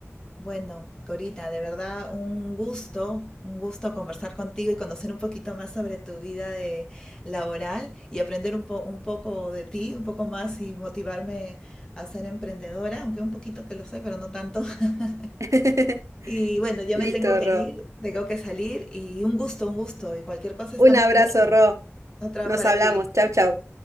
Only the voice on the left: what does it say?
Bueno, Corita, de verdad un gusto, un gusto conversar contigo y conocer un poquito más sobre tu vida de laboral y aprender un po- un poco de ti, un poco más y motivarme a ser emprendedora, aunque un poquito que lo soy, pero no tanto. <laughs>
Y bueno, ya
me tengo que
ir, tengo que salir y un gusto, un gusto y cualquier cosa estamos
conversando.
Otra
para
ti.